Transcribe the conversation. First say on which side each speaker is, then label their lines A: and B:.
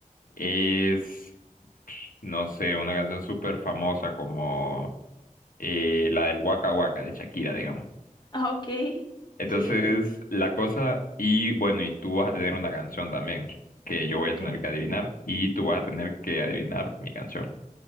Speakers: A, on the left (about 80°); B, on the left (about 30°).
A: es, no sé, una canción súper famosa como eh, la del Waka Waka de Shakira, digamos.
B: Ah, ok.
A: Entonces,
B: Sí.
A: la cosa, y bueno, y tú vas a tener una canción también, que yo voy
B: Ok.
A: a tener que adivinar, y tú vas a tener que adivinar mi canción.